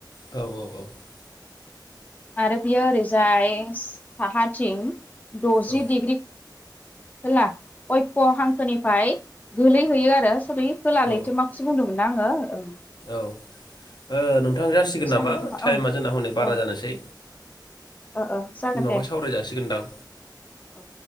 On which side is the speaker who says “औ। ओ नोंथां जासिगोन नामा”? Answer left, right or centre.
Left